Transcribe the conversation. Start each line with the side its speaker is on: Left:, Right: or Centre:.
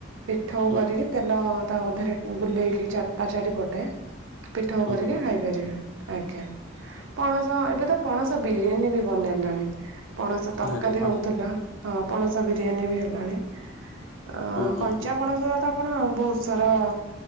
Right: ପିଠଉ
Left: ହୁଁ
Right: କରିକି
Left: ହୁଁ
Right: ତେଲ ତା ଅଧାରେ ବୁଲେଇକି ଚାରି ତା ଚାରିପଟେ ପିଠଉ କରିକି
Left: ହୁଁ
Right: ଖାଇବେ। ଖାଇବେ ଆଜ୍ଞା ପଣସ ଏବେ ତ ପଣସ ବିରିୟାନୀ ବି ବନେଇଲେଣି। ପଣସ ତରକାରୀ
Left: ହୁଁ ଆରେ ବା
Right: ହଉଥିଲା, ହଁ ପଣସ ବିରିୟାନୀ ବି ହେଲାଣି। ଆଁ
Left: ହୁଁ ହୁଁ
Right: କଞ୍ଚାପଣସ
Left: ହୁଁ
Right: ତ ଆପଣ ବହୁତ ସାରା